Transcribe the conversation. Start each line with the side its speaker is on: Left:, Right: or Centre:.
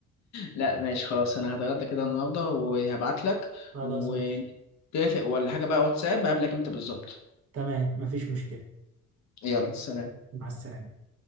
Left: لا ماشي خلاص انا هتغدى كده النهارده وهبعت لك
Right: خلاص
Left: ونتفق
Right: ماشي
Left: ولا حاجه بقى واتساب هقابلك امتى بالظبط
Right: تمام مفيش مشكلة
Left: يلا سلام
Right: مع السلامة